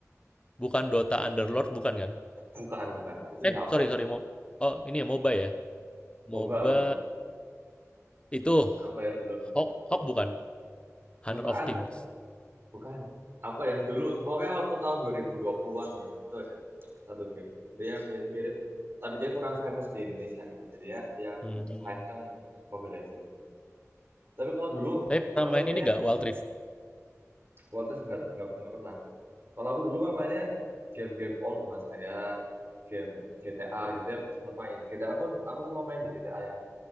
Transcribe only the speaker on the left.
bukan Dota Underlord bukan kan?
Eh,
sorry sorry Mo- Oh, ini ya MOBA ya.
MOBA
itu
Hawk, Hawk bukan? Hunter
of Kings.
Hmm.
Tapi pernah
main
ini nggak Wild Rift?